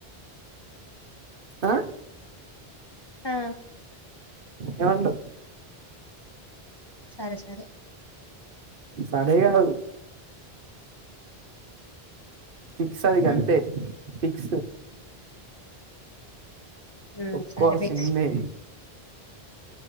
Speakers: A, on the right (about 60°); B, on the left (about 25°).
A: ఆ
B: ఆహ్
A: ఏమంటవ్?
B: సరె సరె.
A: సరే కాదు. ఫిక్స్ అది ఇగంతె.
B: హ్మ్
A: ఫిక్స్
B: హ్మ్
A: ఒప్పుకోవాల్సిందే.
B: సరే ఫిక్స్